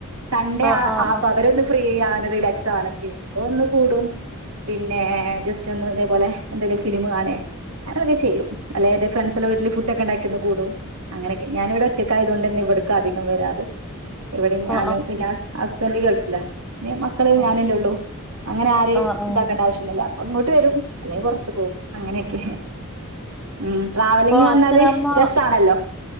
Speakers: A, on the right; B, in the centre.
A: സൺഡേ
B: ആ ആ ആ
A: അവരൊന്ന് ഫ്രീ ചെയൻ റിലാക്സ് ആണ് ചെയ്യ അപ്പൊ ഒന്ന് കൂടും പിന്നെ ജസ്റ്റ് ഒന്നും ഇതേപോലെ എന്തെലിലും ഫിലിം കാണും അങ്ങനെയൊക്കെ ചെയ്യും അല്ലെ എന്റെ ഫ്രണ്ട്സിന്റെവീട്ട ഫുഡൊക്കെ ഉണ്ടാക്കിയന്ന് കൂടും അങ്ങനെയൊക്കെ ഞാനവിടെ ഒറ്റക്കായതു കൊണ്ട് തന്നെ ഇവിടക്ക അധികം വരാറ് എവിടെ
B: ആ
A: ഞാനും
B: ആ
A: പിന്നെ ഹസ്ബന്റ് ഗൾഫില പിന്ന മക്കളെ
B: ആ
A: ഞാനല്ലേ ഉള്ളൂ അങ്ങനെ ആരെയും
B: ആ ആ ആ
A: ഇതാക്കേണ്ട ആവശ്യമില്ല ഒന്നി അപ്പൊ ഇങ്ങോട്ട് വരും അല്ലെങ്കിൽ പുറത്ത് പോകും അങ്ങനെയൊക്കെ ഉ ട്രാവലിങ്
B: അപ്പൊ
A: പറഞ്ഞാല്
B: അച്ഛനമ്മ
A: രസാണല്ലോ